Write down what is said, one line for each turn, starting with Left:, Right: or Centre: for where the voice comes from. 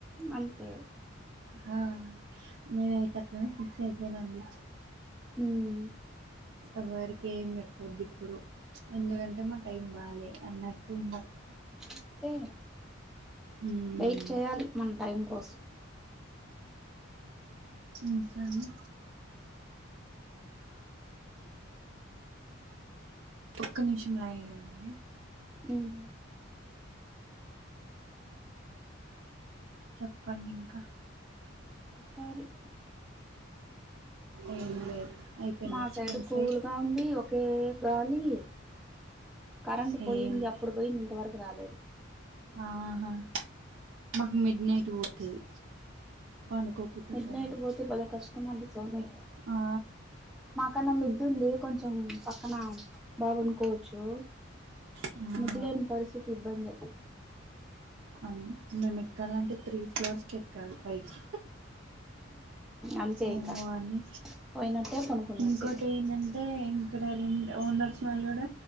Centre: అంతే
Right: ఆ నేనయితే అట్లనే ఫిక్స్ అయిపోయినండి
Centre: ఉమ్
Right: ఎవ్వరికేం చెప్పొద్ద్ ఇప్పుడు ఎందుకంటే మా టైం బాలే అన్నట్టు ఉండ
Centre: అంతే
Right: మ్మ్
Centre: వెయిట్ చేయాలి మన టైం కోసం
Right: ఇంకాండి ఒక్క నిమిషం లైన్ లో ఉండండి
Centre: ఉమ్
Right: చెప్పండింకా
Centre: చెప్పాలి
Right: ఏం లేదు అయిపోయిందా
Centre: మా సైడ్
Right: చికెన్
Centre: కూల్గా
Right: ఫ్రై
Centre: ఉంది ఒక్ కే గాలి కరెంట్
Right: సేమ్
Centre: పోయింది అప్పుడు పోయింది ఇంతవరకు రాలేదు
Right: ఆహా మాకు మిడ్ నైట్ పోతది పండుకోకున్
Centre: మిడ్ నైట్ పోతే భలే కష్టం అండి స్వామి
Right: ఆ
Centre: మాకన్నా మిద్దుమ్ది కొంచెం పక్కన బా పనుకోవచ్చు
Right: ఆ
Centre: టు లేేని పరిస్థితి ఇబ్బందే
Right: అవును మేమెక్కాలంటే త్రీ ఫ్లోర్స్ కి ఎక్కాలి పైకి
Centre: అంతే
Right: వామ్మో
Centre: ఇంకా
Right: అన్ని
Centre: పోయినట్టే పనుకున్నట్టే
Right: ఇంకోటి ఏందంట్ టే ఇన్ ఇక్కడ రెంట్ ఓనర్స్ వాళ్ళు గూడ